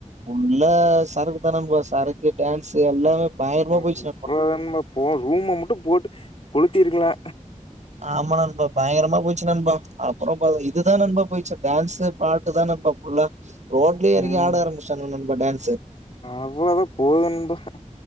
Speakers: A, on the right; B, on the left.
A: ஃபுல்லா சரக்கு தா நண்பா சரக்கு டான்ஸ்சு எல்லாமே பயங்கரமா
B: அவ்ளோதா
A: போயிட்சி நண்பா
B: நண்பா போ ரூம மட்டு போட்டு கொளுத்திரிக்கலா
A: ஆமா நண்பா பயங்கரமா போச்சு நண்பா அப்றோ பா இதுதா நண்பா போயிட்சி டேன்ஸ்சு பாட்டு தா நண்பா ஃபுல்லா ரோட்லயே ஏறங்கி
B: ம்
A: ஆட ஆரம்பிச்சிடாங்க நண்பா டான்ஸ்சு
B: அவ்ளோதா போது நண்பா